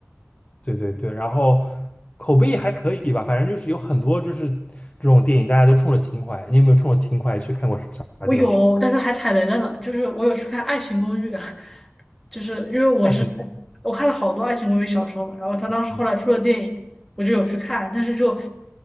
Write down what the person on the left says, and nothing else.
对对对，然后口碑还可以吧，反正就是有很多就是这种电影，大家都冲着情怀。你有没有冲着情怀去看过啥啥电影？
爱情故
事。